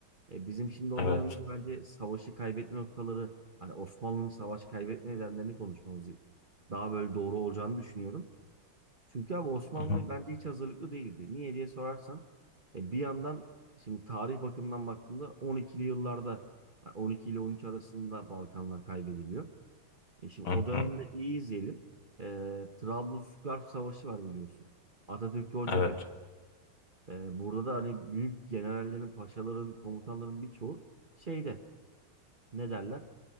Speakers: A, on the right; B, on the left.
A: E bizim şimdi o
B: evet.
A: dönemde de bence savaşı kaybetme noktaları, hani Osmanlı'nın savaş kaybetme nedenlerini konuşmamız daha böyle doğru olacağını düşünüyorum. Çünkü abi Osmanlı
B: Hı,
A: bence hiç hazırlıklı değildi. Niye diye sorarsan, e bir yandan şimdi tarih bakımından baktığında 12'li yıllarda, yani 12 ile 13 arasında Balkanlar kaybediliyor. E şimdi
B: hı,
A: o dönemde
B: hı.
A: iyi izleyelim. E, Trablusgarp Savaşı var biliyorsun. Atatürk'te o
B: Evet.
A: cephede. E, burada da hani büyük generallerin, paşaların, komutanların birçoğu şeyde ne derler?